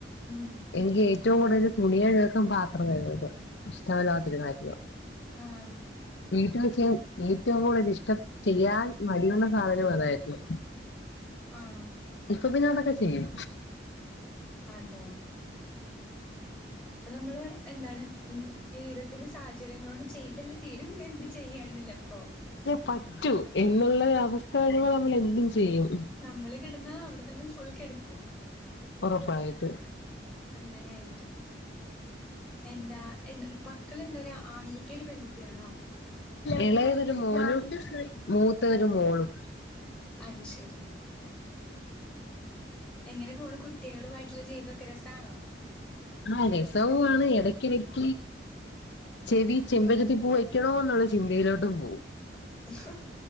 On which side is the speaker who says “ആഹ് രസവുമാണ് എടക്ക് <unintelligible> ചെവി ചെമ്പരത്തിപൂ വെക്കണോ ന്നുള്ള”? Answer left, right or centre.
Left